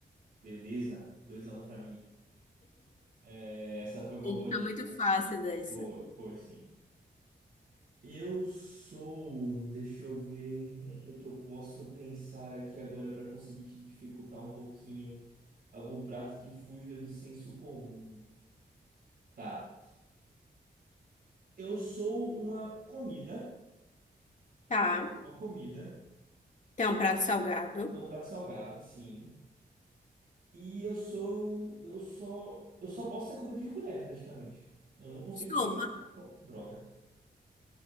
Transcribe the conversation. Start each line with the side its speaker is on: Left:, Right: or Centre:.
Right: Beleza. Dois a um pra mim. É, essa foi uma
Left: Ele
Right: boa
Left: tá
Right: dica.
Left: muito fácil dessa.
Right: Foi, foi sim. Eu sou, um, deixa eu ver o que é que eu posso pensar aqui agora para conseguir te dificultar um pouquinho algum prato que fuja do senso comum. Tá. Eu sou uma comida,
Left: Tá.
Right: uma comida,
Left: Tem um prato salgado.
Right: é um prato salgado, sim. E eu sou, eu só, eu só posso ser comida de colher, praticamente. Eu não consigo
Left: Sopa.
Right: pensar, droga.